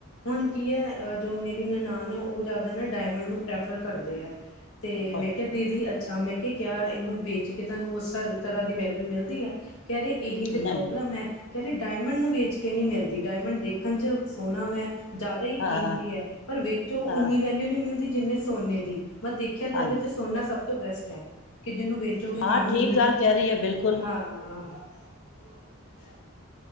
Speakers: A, on the left; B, on the left.
A: ਹੁਣ ਕੀ ਹੈ ਜੋ ਮੇਰੀ ਨਨਾਣ ਹੈ ਉਹ ਜ਼ਿਆਦਾ ਨਾ ਡਾਇਮੰਡ ਨੂੰ ਪ੍ਰੈਫਰ ਕਰਦੇ ਹੈ ਅਤੇ ਮੈਂ
B: ਅੱਛਾ।
A: ਕਿਹਾ ਦੀਦੀ ਅੱਛਾ ਮੈਂ ਕਿਹਾ ਕਿਆ ਇਹਨੂੰ ਵੇਚ ਕੇ ਤੁਹਾਨੂੰ ਉਸ ਤਰ੍ਹਾਂ ਦੀ ਵੈਲਿਊ ਮਿਲਦੀ ਆ ਕਹਿ ਰਹੇ ਇਹੀ ਤਾਂ
B: ਨਹੀਂ
A: ਪ੍ਰੋਬਲਮ ਹੈ ਕਹਿ ਰਹੇ ਡਾਇਮੰਡ ਨੂੰ ਵੇਚ ਕੇ ਨਹੀਂ ਮਿਲਦੀ ਡਾਇਮੰਡ ਦੇਖਣ ਚ ਸੋਹਣਾ ਵੇ ਜ਼ਿਆਦਾ ਹੀ
B: ਹਾਂ
A: ਕੀਮਤੀ ਹੈ ਪਰ ਵਿੱਚੋ
B: ਹਾਂ
A: ਉਨੀ ਵੈਲਿਊ ਨਹੀਂ ਮਿਲਦੀ ਜਿੰਨੀ ਸੋਨੇ ਦੀ ਪਰ ਦੇਖਿਆ
B: ਹਾਂਜੀ
A: ਜਾਵੇ ਤਾਂ ਸੋਨਾ ਸਭ ਤੋਂ ਬੈਸਟ ਹੈ ਕਿ ਜਿਹਨੂੰ ਵੇਚੋਗੇ
B: ਹਾਂ
A: ਤਾਂ ਵੀ
B: ਠੀਕ
A: ਉਹਨੀ
B: ਗੱਲ ਕਹਿ ਰਹੀ ਹੈ ਬਿਲਕੁਲ
A: ਹਾਂ ਹਾਂ <unintelligible>